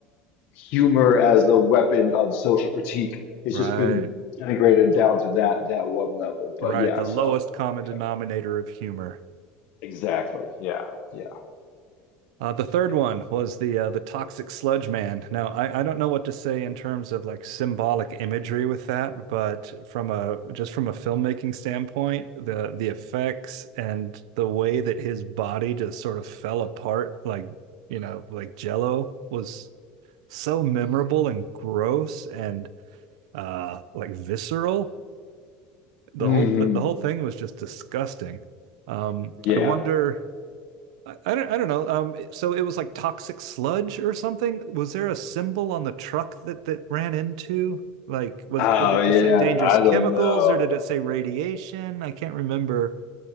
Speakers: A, on the left; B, on the right.
A: humor as the weapon of social critique. It's
B: Right.
A: just been integrated down to that that one level. But
B: Right,
A: yeah,
B: the
A: so
B: lowest common
A: yeah,
B: denominator of humor.
A: exactly. Yeah, yeah,
B: Uh, the third
A: yeah.
B: one was the uh, the toxic sludge man. Now, I, I don't know what to say in terms of like symbolic imagery with that, but from a just from a filmmaking standpoint, the the effects and the way that his body just sort of fell apart, like you know, like Jello, was so memorable and gross and uh, like visceral. The
A: hmm
B: whole th the whole thing was just disgusting. Um,
A: Yeah.
B: I wonder I, don't I don't know. Um, so it was like toxic sludge or something. Was there a symbol on the truck that that ran into? Like, was
A: Oh
B: did it
A: yeah.
B: just say dangerous
A: I
B: chemicals
A: don't know.
B: or did it say radiation? I can't remember.